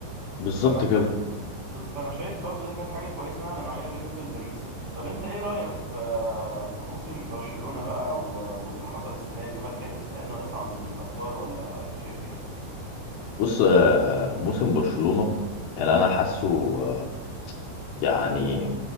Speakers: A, on the left (about 80°); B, on the right (about 35°).
A: بالظبط
B: فانا شفت
A: كده
B: فانا شايف برضو ده كانت حاجه كويسه على نوعيه بالنسبه لباريس طب انت ايه رايك في في موسم برشلونه بقى و- واللي حصل السنه دي وهل كان يستحق انه يطلع من الابطال ولا كنت شايف ايه
A: بص آه، موسم برشلونة يعني انا حاسه آه، يعني